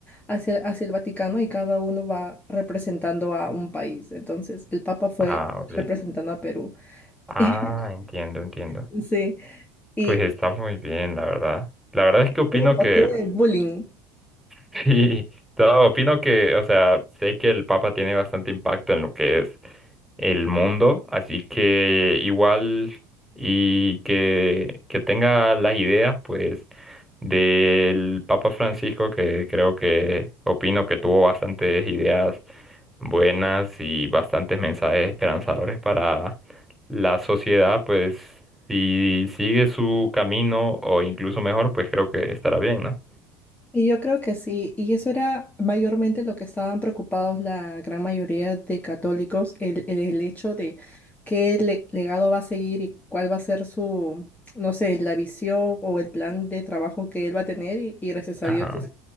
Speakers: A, on the left; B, in the centre.
A: hacia, hacia el Vaticano y cada uno va representando a un país. Entonces, el Papa fue
B: Ah, vale.
A: representando a Perú.
B: Ah,
A: <laughs>
B: entiendo, entiendo.
A: Sí, y
B: Pues está muy bien, la verdad. La verdad es que opino
A: es el motivo
B: que,
A: del bullying.
B: <laughs> sí, no, opino que, o sea, sé que el Papa tiene bastante impacto en lo que es. el mundo, así que igual y que, que tenga las ideas pues del Papa Francisco que creo que opino que tuvo bastantes ideas buenas y bastantes mensajes esperanzadores para la sociedad, pues si sigue su camino o incluso mejor, pues creo que estará bien, ¿no?
A: Y yo creo que sí, y eso era mayormente lo que estaban preocupados la gran mayoría de católicos, el, el- el hecho de qué le- legado va a seguir y cuál va a ser su, no sé, la visión o el plan de trabajo que él va a tener, y, y gracias a
B: Ajá.
A: Dios es,